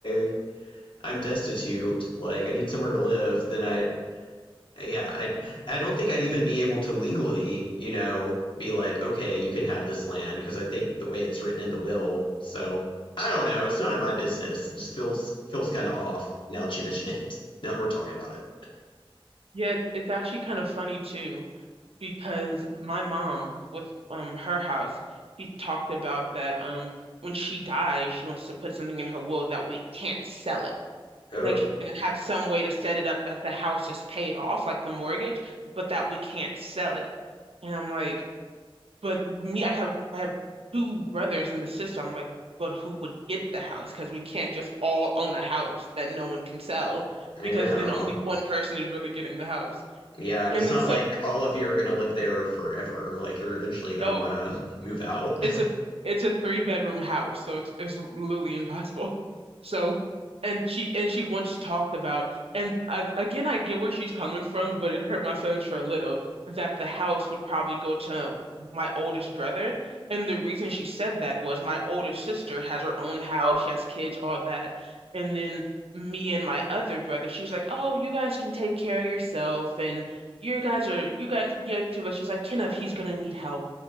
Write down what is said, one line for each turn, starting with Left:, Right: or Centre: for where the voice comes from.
Left: I I'm destitute, like I need somewhere to live," then I yeah, I I don't think I'd even be able to legally, you know, be like, okay, you can have this land because I think the way it's written in the will. So I don't know. It's none of my business. It just feels feels kind of off now that you mention it. <laughs> Now that we're talking about it.
Right: yeah, it's, it's actually kind of funny too, because my mom with um her house, she talked about that um when she dies, she wants to put something in her will that we can't sell it.
Left: Oh,
Right: Like she's gonna have some way to set it up that the house is paid off, like the mortgage, but that we can't sell it. And I'm like, But me, I have I have two brothers in the system. Like, but who would get the house? Because we can't just all own a house that no one can sell,
Left: yeah,
Right: because then only one person is really getting the house.
Left: yeah, and
Right: And
Left: it's
Right: then
Left: not
Right: some
Left: like all of you are gonna live there forever. Like you're eventually gonna
Right: no,
Left: want to <laughs> move out.
Right: it's a it's a three bedroom house, so it's it's literally impossible. So, and she and she once talked about, and I, again, I get where she's coming from, but it hurt my feelings for a little that the house would probably go to my oldest brother. And the reason she said that was my older sister has her own house, she has kids, all that. And then me and my other brother, she's like, "Oh, you guys can take care of yourself, and your guys are you guys." Yeah, she was just like, "Kenneth, he's gonna need help.